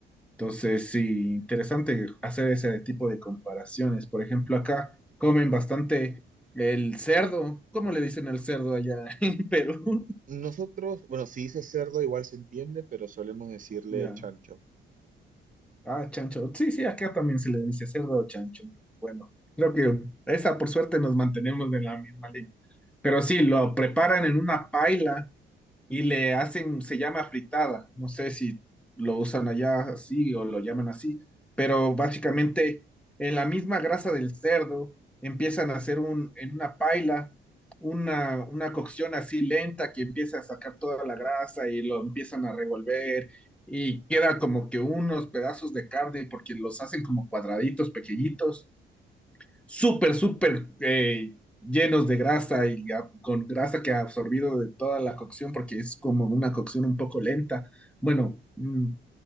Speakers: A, in the centre; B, on the right.
A: Entonces, sí, interesante hacer ese tipo de comparaciones. Por ejemplo, acá comen bastante el cerdo. ¿Cómo le dicen al cerdo allá <laughs> en Perú?
B: Nosotros, bueno, si dice cerdo igual se entiende, pero solemos decirle
A: Ya.
B: chancho.
A: Ah, chancho. Sí, sí, acá también se le dice cerdo o chancho. Bueno, creo que esa por suerte nos mantenemos en la misma línea. Pero sí, lo preparan en una paila y le hacen, se llama fritada, no sé si lo usan allá así o lo llaman así, pero básicamente en la misma grasa del cerdo empiezan a hacer un, en una paila una, una cocción así lenta que empieza a sacar toda la grasa y lo empiezan a revolver y queda como que unos pedazos de carne porque los hacen como cuadraditos pequeñitos súper, súper eh, llenos de grasa y a- con grasa que ha absorbido de toda la cocción, porque es como una cocción un poco lenta. Bueno, mm,